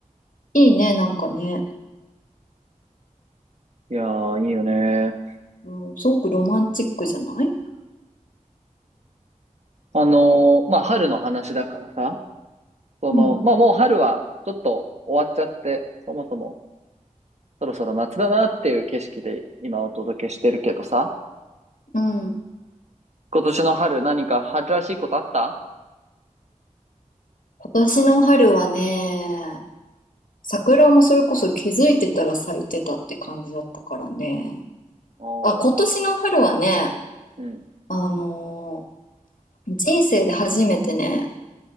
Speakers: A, on the left (about 75°); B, on the right (about 55°).
A: いいね、なんかね。
B: いやー、いいよね。
A: うん、すごくロマンチックじゃない
B: あのーまあ、春の話だからさ。その、
A: うん、
B: まあ、もう春は、ちょっと終わっちゃって、そもそも、そろそろ夏だなっていう景色で今お届けしてるけどさ。
A: うん。
B: 今年の春、何か春らしいことあった
A: 今年の春はね、桜もそれこそ気づいてたら咲いてたって感じだったからね。
B: おー、
A: あ、今年の春はね、
B: うん。
A: あのー人生で初めてね、